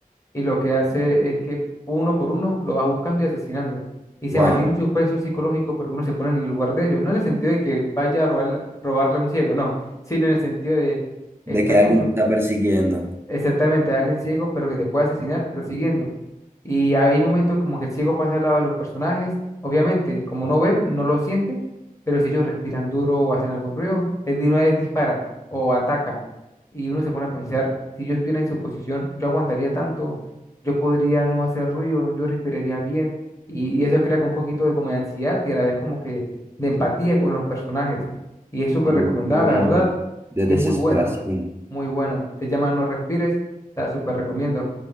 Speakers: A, on the left; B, on the right.
A: y lo que hace es que uno por uno lo va buscando y asesinando. Y se
B: Wow,
A: mantiene un suspenso psicológico porque uno se pone en el lugar de ellos. No en el sentido de que vaya a robarle, robarle a un ciego, no, sino en el sentido de
B: de
A: estar
B: que alguien
A: confron-
B: te está persiguiendo.
A: Exactamente, alguien ciego, pero que te puede asesinar, te está siguiendo. Y hay momentos como que el ciego pasa al lado de los personajes. Obviamente, como no ven, no lo siente, pero si ellos respiran duro o hacen algún ruido, él de una vez dispara o ataca. Y uno se pone a pensar, si yo estuviera en su posición, yo aguantaría tanto, yo podría no hacer ruido, yo respiraría bien. Y, y eso crea como un poquito de como de ansiedad y a la vez como que de empatía con los personajes. Y es súper
B: Sí, un
A: recomendada,
B: poco como
A: la verdad,
B: de, de
A: y
B: desesperación.
A: es muy buena. Muy buena. Se llama No Respires. La súper recomiendo.